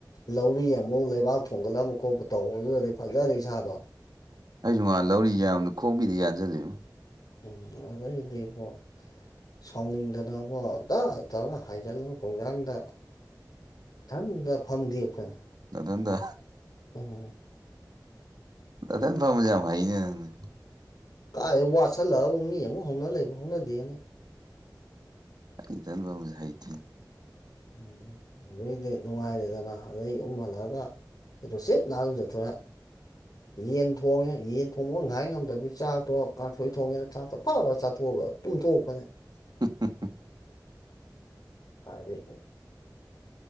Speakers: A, on the left; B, on the right.
A: ꯂꯧꯔꯤ ꯑꯃꯨꯛ ꯂꯩꯕꯥꯛ ꯊꯣꯡꯒꯠꯂꯝꯕ ꯈꯣꯠꯄ ꯇꯧꯕꯗꯨꯗꯗꯤ ꯐꯖꯔ ꯏꯁꯥꯗꯣ꯫
B: ꯑꯩꯁꯨ ꯉꯥꯟ ꯂꯧꯔꯤ ꯌꯥꯝꯕꯗ ꯈꯣꯡꯕꯤꯗ ꯌꯥꯟꯖꯤꯜꯂꯤꯝ꯫
A: ꯎꯝ ꯑꯗꯩꯗꯤ ꯏꯕꫭ꯫ ꯁꯥꯎꯅꯤꯡꯗꯅꯕꫭ ꯗꯥ ꯇꯧꯔꯒ ꯍꯥꯏꯖꯤꯜꯂꯨ ꯈꯣꯡꯖꯥꯡꯗ꯫ ꯏꯊꯟꯗ ꯐꯝꯗ‌ꯦꯛ ꯄꯅꯤ꯫
B: ꯅꯊꯟꯗ꯫
A: ꯑꯣ
B: ꯑꯗ ꯊ ꯐꯥꯏꯅꯦꯅꯤ
A: ꯀꯥꯏꯦ ꯋꯥꯠꯁꯜꯂꯛꯑꯕ ꯃꯤ ꯑꯃꯨꯛ ꯍꯧꯅ ꯂꯩꯕ ꯍꯧꯅꯗꯦꯅ
B: ꯑꯩ ꯇꯟꯕ ꯑꯃꯁꯦ ꯍꯩꯇꯦ
A: ꯎꯝ ꯑꯗꯨꯏꯗꯤ ꯅꯨꯡꯉꯥꯏꯔꯦꯗꯅ ꯑꯗꯩ ꯑꯃꯛ ꯍꯜꯂꯛꯑꯒ ꯑꯩꯗꯣꯁꯤꯠ ꯍꯥꯜ ꯆꯠꯊꯣꯛꯑꯦ
B: <inaudible>
A: ꯌꯦꯟ ꯊꯣꯡꯉꯦ ꯌꯦꯟ ꯊꯣꯡꯕꯒ ꯉꯥꯏ ꯉꯝꯗꯕꯕꯤ ꯆꯥꯛꯇꯣ ꯀꯥꯡꯁꯣꯏ ꯊꯣꯡꯉꯦꯅ ꯆꯥꯛꯇꯣ ꯐꯥ ꯐꯥ ꯆꯥꯊꯣꯛꯑꯕ꯫ ꯇꯨꯝꯊꯣꯛꯄꯅꯤ꯫
B: <unintelligible>
A: ꯑꯗꯩ꯫